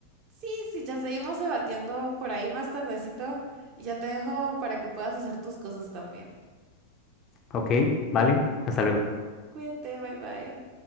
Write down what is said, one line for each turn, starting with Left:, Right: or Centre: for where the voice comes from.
Right: Sí, sí, ya seguimos debatiendo por ahí más tardecito y ya te dejo para que puedas hacer tus cosas también.
Left: Ok, vale, hasta luego.
Right: Cuídate, bye bye.